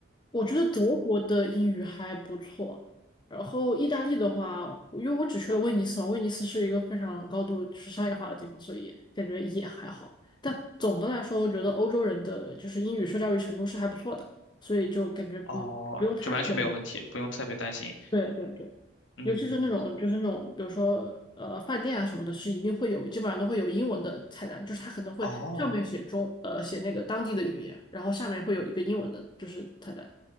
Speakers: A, on the left; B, on the left.
A: 我觉得德国的英语还不错，然后意大利的话，因为我只去了威尼斯嘛，威尼斯是一个非常高度就是商业化的地方，所以感觉也还好。但总的来说，我觉得欧洲人的就是英语受教育程度是还不错的，所以就感觉嗯不用太特别担心
B: 哦，就完全没有问题，不用特别担心。
A: 对对对，
B: 嗯
A: 尤其是那种就是那种比如说呃饭店啊什么的，是一定会有，基本上都会有英文的菜单，就是它可能会上面写中呃写那个当地的语言，
B: 哦，
A: 然后下面会有一个英文的就是菜单。